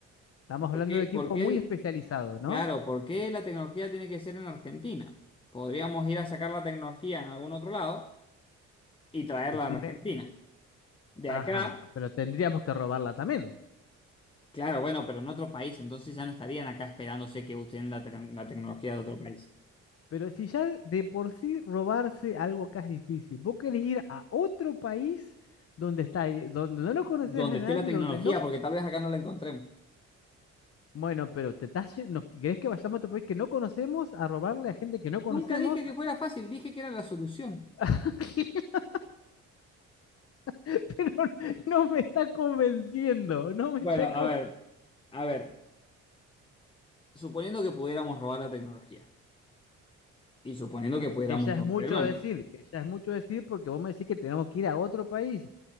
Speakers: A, on the left; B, on the left.
A: Estamos
B: ¿por
A: hablando
B: qué,
A: de equipo
B: por qué
A: muy
B: el-
A: especializado, ¿no?
B: Claro, ¿por qué la tecnología tiene que ser en Argentina? Podríamos ir a sacar la tecnología en algún otro lado y traerla
A: Decime,
B: a Argentina. De
A: ajá,
B: acá,
A: pero tendríamos que robarla también.
B: claro, bueno, pero en otro país, entonces ya no estarían acá esperándose que usen la, te- la tecnología de otro país.
A: Pero si ya de por sí robarse algo acá es difícil, vos querés ir a otro país donde está, ahí- donde no conoces
B: Donde
A: a nadie,
B: esté la tecnología,
A: donde no,
B: porque tal vez acá no la encontremos.
A: bueno, pero te estás, lle- no, ¿querés que vayamos a otro país que no conocemos a robarle a gente que no
B: Nunca
A: conocemos?
B: dije que fuera fácil, dije que era la solución.
A: <laughs> Pero no me está convenciendo, no me
B: Bueno,
A: está
B: a
A: con-
B: ver, a ver, suponiendo que pudiéramos robar la tecnología y suponiendo que pudiéramos
A: que ya
B: robar
A: es mucho
B: el banco.
A: decir, que ya es mucho decir porque vos me decís que tenemos que ir a otro país.